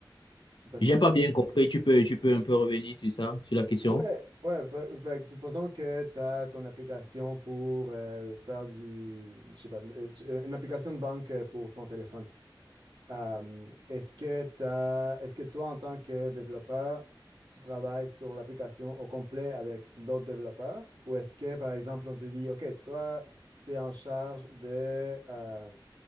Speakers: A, on the right; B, on the left.
A: Je sais pas si
B: J'ai
A: ça a
B: pas
A: du sens.
B: bien compris. Tu peux, tu peux un peu revenir sur ça, sur la question?
A: Ouais, ouais. Fait, fait que supposons que tu as ton application pour euh, faire du... Je sais pas, de- euh, une application de banque euh, pour ton téléphone. Euh, est-ce que t'as- est-ce que toi, en tant que développeur, tu travailles sur l'application au complet avec d'autres développeurs? Ou est-ce que, par exemple, on te dit, OK, toi, tu es en charge de, euh,